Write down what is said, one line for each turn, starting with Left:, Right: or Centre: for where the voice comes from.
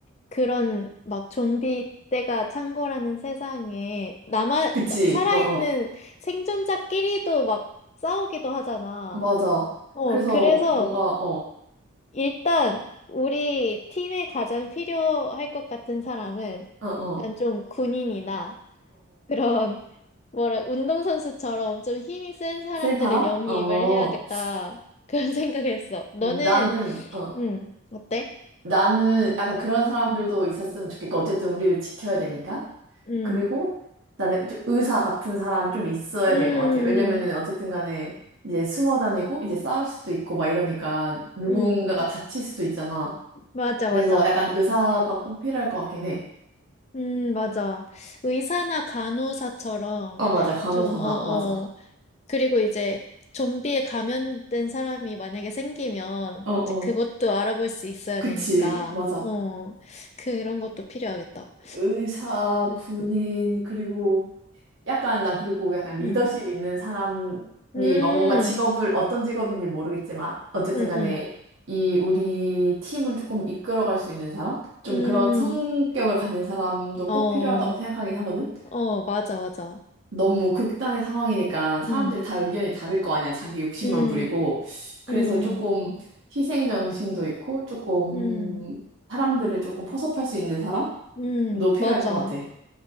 Left: 그런 막 좀비 때가 찬 거라는 세상에 남아
Right: 그치
Left: 나- 살아있는
Right: 어 어
Left: 생존자끼리도 막 싸우기도 하잖아.
Right: 맞아
Left: 어,
Right: 그래서
Left: 그래서
Right: 뭔가
Left: 일단 우리 팀에 가장 필요할 것 같은 사람은
Right: 어어어 어
Left: 약간
Right: 어
Left: 좀 군인이나 그런 뭐라 운동선수처럼 좀 힘이 센 사람들을
Right: 센 사람?
Left: 영입을
Right: 어
Left: 해야겠다. 그런 <laughs> 생각했어. 너는
Right: 나는 어
Left: 음, 어때?
Right: 나는 약간 그런 사람들도 있었으면 좋겠고 어쨌든 우리를 지켜야 되니까
Left: 응.
Right: 그리고 나는 좀 의사 같은 사람이 좀 있어야
Left: 음.
Right: 될 것 같아. 왜냐면은
Left: 음.
Right: 어쨌든 간에 이제 숨어 다니고 이제 싸울 수도 있고 막 이러니까 누군가가
Left: 음. 음. 음.
Right: 다칠 수도 있잖아.
Left: 맞아,
Right: 그래서
Left: 맞아.
Right: 약간 의사가 꼭 필요할 것 같긴 해.
Left: 음, 맞아. 의사나 간호사처럼
Right: 아, 맞아. 간호사나.
Left: 좀, 어, 어.
Right: 맞아.
Left: 그리고 이제 좀비에 감염된 사람이 만약에 생기면
Right: 어, 어.
Left: 이제 그것도 알아볼 수 있어야
Right: 그치.
Left: 되니까,
Right: 맞아.
Left: 어, 그런 것도 필요하겠다.
Right: 의사,
Left: 음,
Right: 군인, 그리고 약간 난 그리고 약간 리더십
Left: 음,
Right: 있는 사람이
Left: 음,
Right: 막 뭔가 직업을 어떤 직업인지 모르겠지만 어쨌든
Left: 음,
Right: 간에
Left: 음,
Right: 이 우리 팀을 조금 이끌어갈 수 있는 사람? 좀
Left: 음,
Right: 그런 성격을 가진 사람도
Left: 어,
Right: 꼭 필요하다고 생각하긴 하거든.
Left: 어, 맞아, 맞아.
Right: 너무 극단의 상황이니까 사람들이
Left: 음,
Right: 다 의견이 다를 거 아니야. 자기 욕심만
Left: 음,
Right: 부리고. 그래서
Left: 음,
Right: 조금 희생 정신도 있고 조금
Left: 음,
Right: 사람들을 조금 포섭할 수 있는 사람도
Left: 음,
Right: 필요할
Left: 맞아.
Right: 것 같아.